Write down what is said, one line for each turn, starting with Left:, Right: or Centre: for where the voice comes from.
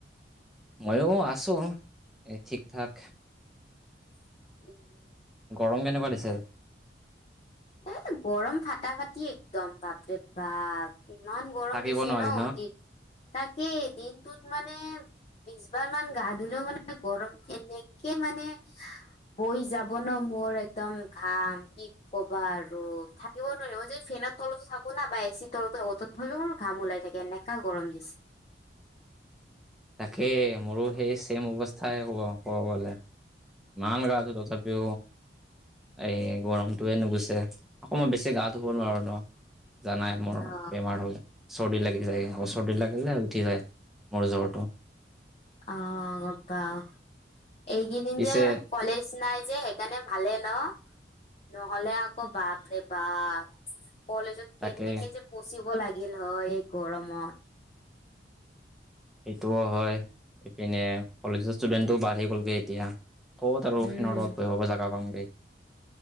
Centre: ময়ো আছো। এ ঠিক ঠাক।
Left: উম <unintelligible>
Centre: গৰম কেনেকুৱা দিছে।
Left: এ গৰম ফাটা ফাটি একদম বাপৰে বাপ ইমান গৰম
Centre: থাকিব
Left: দিছে
Centre: নোৱাৰি
Left: ন, তাকেই দিনটোত মানে বিশবাৰ মান গা ধুলেও মানে গৰম এনেকে মানে, বৈ যাব ন মোৰ একদম ঘাম কি কবা আৰু <unintelligible> আৰু থাকিব নোৱাৰে যে ফেনৰ তলতো থাকো না বা এ চিৰ তলতো থাকো তথাপিও মোৰ ঘাম ওলাই থাকে এনেকুৱা, গৰম দিছে।
Centre: <unintelligible> তাকেই, মোৰো সেই চেম অৱস্থাই হব গ'লে। ইমান গা আছো তথাপিও এই গৰমটোৱে নুগুছে। অয় বেছি গা ধুব
Left: উম,
Centre: নোৱাৰোঁ ন জানাই মোৰ
Left: অ
Centre: বেমাৰ হ'লে <unintelligible> চৰ্দি লাগি যায় চৰ্দি লাগিলে উঠি যায় মোৰ জ্বৰটো।
Left: অ গ্পা <unintelligible> এইকেইদিন
Centre: পিছে
Left: যে কলেজ নাই যে সেইকাৰণে ভালে ন। নহ'লে আকৌ বাপৰে বাপ কলেজত
Centre: তাকে
Left: কেনেকে যে পচিব লাগে <unintelligible> লাগিল হয়। এই গৰমত
Centre: সেইটোও হয় ইপিনে কলেজৰ ষ্টুডেন্টটো বাঢ়ি গ'লগে এতিয়া <unintelligible> ক'ত আৰু
Left: উম।
Centre: ফেনত জেগা পাম গ,